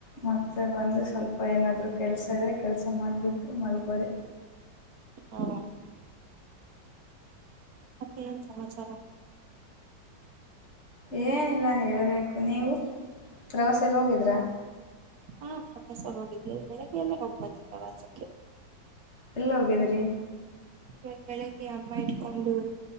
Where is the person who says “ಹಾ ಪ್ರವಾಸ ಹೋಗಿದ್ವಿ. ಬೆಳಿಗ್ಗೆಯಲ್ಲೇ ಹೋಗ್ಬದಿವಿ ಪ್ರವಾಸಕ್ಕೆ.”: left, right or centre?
Right